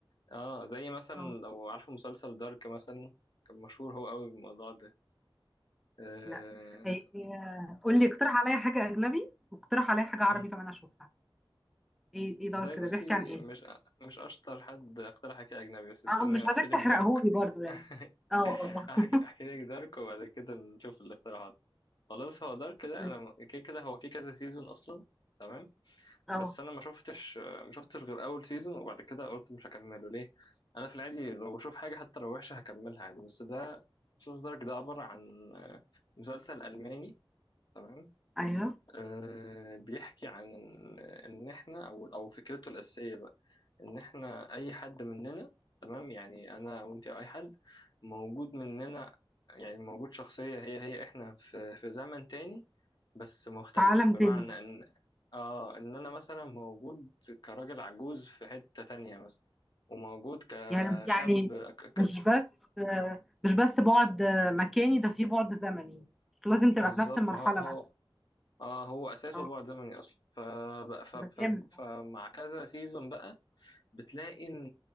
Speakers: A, on the left; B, in the centre.
A: اه زي مثلا
B: اه
A: لو عارفه مسلسل دارك مثلا كان مشهور هو قوي بالموضوع ده آه...
B: لا يعني آه، قول لي اقترح عليا حاجه اجنبي واقترح عليا حاجه عربي
A: مس...
B: كمان اشوفها ايه ايه دور
A: والله
B: كده
A: بصي
B: بيحكي عن ايه
A: مش مش اشطر حد اقترح حكي اجنبي بس استني
B: اه مش
A: احكي
B: عايزاك
A: لك
B: تحرقهولي
A: دارك
B: برضو يعني
A: <laughs>
B: اه اه
A: احكي احكي لك دارك وبعد كده نشوف الاقتراحات خلاص هو دارك ده
B: اه
A: انا كده كده هو في كذا سيزون اصلا تمام
B: آه،
A: بس انا ما شفتش ما شفتش غير اول سيزون وبعد كده قلت مش هكمله ليه انا في العادي لو بشوف حاجه حتى لو وحشه هكملها عادي بس ده مسلسل دارك ده عباره عن آه، مسلسل الماني تمام
B: ايوه
A: أه بيحكي عن ان إن احنا او او فكرته الاساسيه ان احنا اي حد مننا تمام يعني انا وانت أو اي حد موجود مننا يعني موجود شخصية هي هي احنا في في زمن تاني بس مختلف
B: في عالم
A: بمعنى
B: تاني ده
A: ان اه ان انا مثلا موجود كراجل عجوز في حتة تانية مثلا وموجود كشاب
B: يعني يعني
A: ك- كت
B: مش بس آه، مش بس بعد آه، مكاني ده في بعد زمني مش لازم تبقى
A: بالظبط
B: في نفس المرحلة
A: ما هو هو
B: مثلا
A: اه هو اساسه
B: اه
A: بعد زمني اصلا فبقى- ف ف
B: ده جامد ده
A: فمع كذا سيزون بقى بتلاقي ان